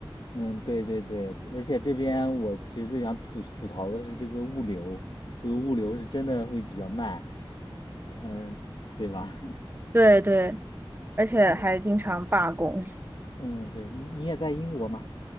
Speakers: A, on the left (about 65°); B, on the right (about 25°).
A: 嗯，对对对，而且这边我其实最想吐吐槽的是这个物流，这个物流是真的会比较慢，嗯，对吧？
B: 对对，而且还经常罢工。
A: <laughs> 你，嗯，对你你也在英国嘛？